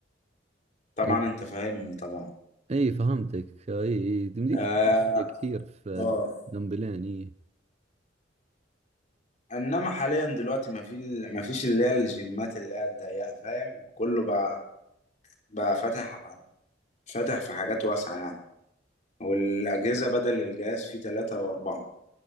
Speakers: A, on the left; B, on the right.
A: طبعا
B: اي
A: انت فاهمني طبعا
B: اي فهمتك اي اي تمديك
A: اه
B: تسوي أشياء كثير في
A: اه
B: دمبلين اي
A: انما حاليا دلوقتي ما في ما فيش اللي هي الجيمات اللي هي الضيقه فاهم كله بقى بقى فاتح ع- فاتح في حاجات واسعه يعني والاجهزه بدل الجهاز فيه ثلاثة او اربعة